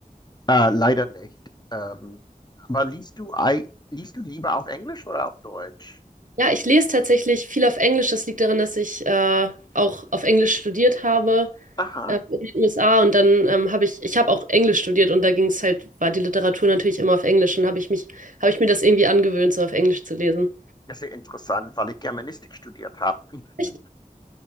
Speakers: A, on the left; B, on the right.
A: Äh, leider nicht. Ähm, aber liest du, ei- liest du lieber auf Englisch oder auf Deutsch?
B: Ja, ich lese tatsächlich viel auf Englisch. Das liegt daran, dass ich äh, auch auf Englisch studiert habe.
A: Aha,
B: ähm, in den USA und dann ähm, habe ich, ich habe auch Englisch studiert und da ging es halt, war die Literatur natürlich immer auf Englisch und habe ich mich, habe ich mir das irgendwie angewöhnt, so auf Englisch zu lesen.
A: das ist ja interessant, weil ich Germanistik studiert habe.
B: Echt?